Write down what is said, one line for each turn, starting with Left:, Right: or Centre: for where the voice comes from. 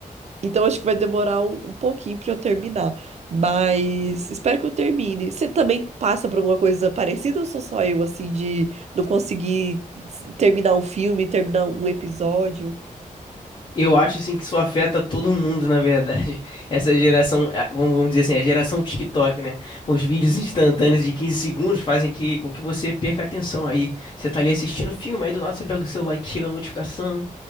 Right: Então acho que vai demorar um, um pouquinho pra eu terminar, mas espero que eu termine. Você também passa por alguma coisa parecida ou sou só eu assim de não conseguir s- terminar um filme, terminar um episódio?
Left: Eu acho assim que isso afeta todo mundo, na verdade. <laughs> Essa geração, ah, vamos vamos dizer assim, a geração TikTok, né? Os vídeos instantâneos de 15 segundos fazem que, com que você perca a atenção. Aí você tá ali assistindo o filme, aí do nada você pega o celular que chega a notificação.